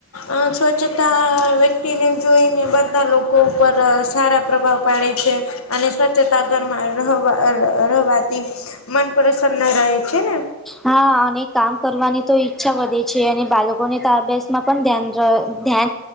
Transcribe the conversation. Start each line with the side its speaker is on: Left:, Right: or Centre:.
Left: અ સ્વચ્છતા વ્યક્તિને જોઈને બધા લોકો ઉપર સારા પ્રભાવ પાડે છે. અને સ્વચ્છતા ઘરમાં રહવા રહવાથી મન પ્રસન્ન રહે છે, ને
Centre: હા અને કામ કરવાની તો ઈચ્છા વધે છે, અને બાલકોને તો અભ્યાસમાં પણ ધ્યાન ર ધ્યાન